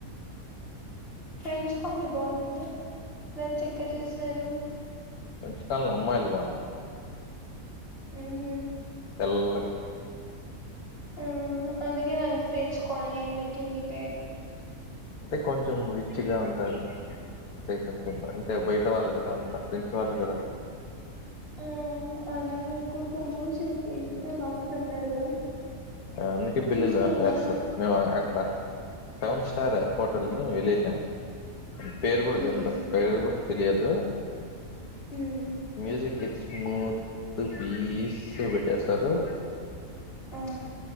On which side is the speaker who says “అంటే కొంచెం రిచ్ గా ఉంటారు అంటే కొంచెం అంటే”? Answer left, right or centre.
Left